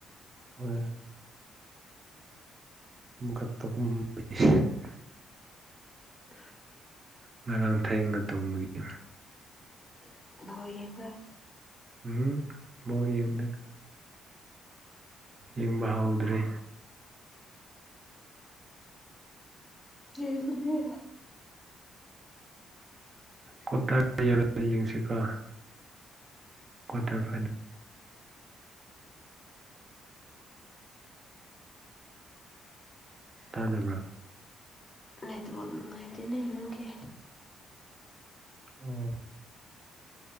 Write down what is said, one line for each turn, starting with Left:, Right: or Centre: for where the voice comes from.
Right: ꯍꯣꯏ꯫ ꯑꯃꯨꯛꯀ ꯇꯨꯝ <unintelligible>
Left: ꯑ
Right: ꯉꯔꯥꯡ ꯊꯦꯡꯅ ꯇꯨꯝꯕꯒꯤ꯫
Left: <unintelligible> ꯕꯣꯜ ꯌꯦꯡꯕ꯭ꯔꯥ꯫
Right: ꯎꯝ ꯕꯣꯜ ꯌꯦꯡꯗꯦ꯫ ꯌꯦꯡꯕ ꯍꯧꯗ꯭ꯔꯤ꯫
Left: ꯌꯦꯡ ꯈꯨꯅꯤ꯫
Right: ꯀ꯭ꯋꯥꯇꯔ <unintelligible> ꯌꯥꯔꯣꯏ ꯌꯦꯡꯁꯤꯀꯣ ꯀ꯭ꯋꯥꯇꯔ ꯐꯥꯏꯅꯦ ꯇꯥꯗꯕ꯭ꯔꯥ꯫
Left: ꯅꯦꯠꯋꯥꯛ ꯅꯨꯡꯉꯥꯏꯇꯦꯅꯦ ꯅꯪꯒꯤ꯫
Right: ꯎꯝ꯫